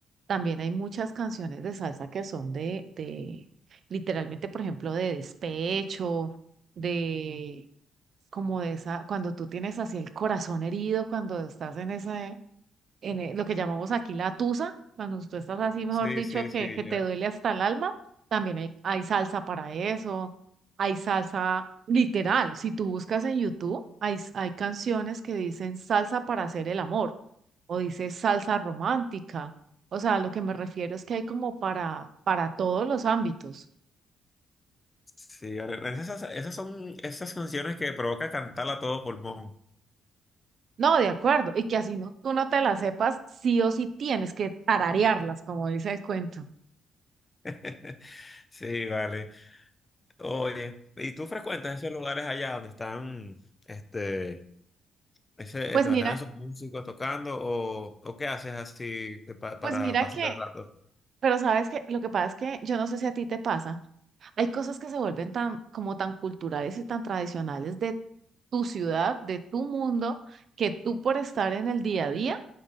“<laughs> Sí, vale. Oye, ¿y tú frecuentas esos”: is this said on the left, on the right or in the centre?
Left